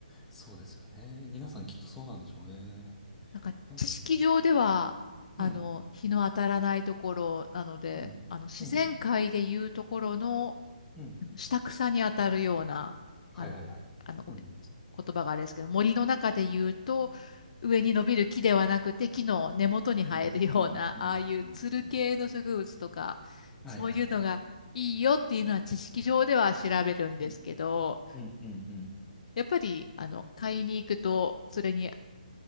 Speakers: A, in the centre; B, on the left.
A: そうですよね。皆さんきっとそうなんでしょうね。
B: なんか知識上では、
A: なんだろうな。
B: あの、
A: うん、
B: 日の当たらないところなので、
A: うん、
B: あの、自然界でいうところの、
A: うん、うん。
B: あの下草に当たるような、
A: はいはいはい。
B: あの、あの、ごめん、
A: うん、
B: 言葉があれですけど、森の中で言うと、上に伸びる木ではなくて、木の根元に生えるような、
A: うん、うん、うん、
B: ああいうつる系の植物とか、
A: うん。うんはいはいはい。
B: そういうのがいいよっていうのは知識上では調べるんですけど、
A: うん、うん、うん。うん
B: やっぱり、あの、買いに行くと、それに